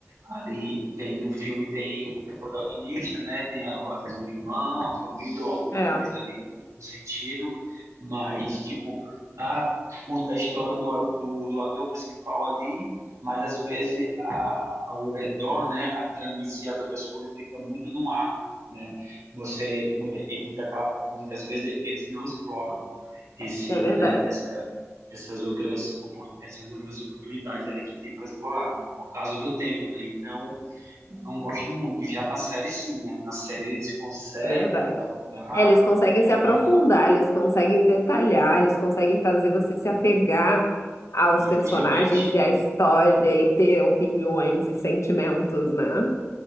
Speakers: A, on the right; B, on the left.
A: Ali tem, no filme tem o protagonista, né? Tem a- às vezes um irmão, a família ou alguma
B: É,
A: coisa ali no sentido, mas tipo, ah, conta a história do, a- do, do ator principal ali, mas às vezes a, ao redor, né? A trama em si, as outras coisas fica muito no ar, né? Você muita, e muita, ca- muitas vezes eles não exploram esse,
B: é verdade,
A: né? Essa essas outras, opor- essas outras oportunidades ali que tem para explorar, por causa do tempo, né? Então, eu não gosto muito. Já na série, sim, né? Na série se consegue
B: é verdade.
A: alongar,
B: É, eles conseguem
A: abordar,
B: se aprofundar, eles conseguem detalhar, eles conseguem fazer você se apegar aos
A: e justamente.
B: personagens e à história e ter opiniões e sentimentos, né?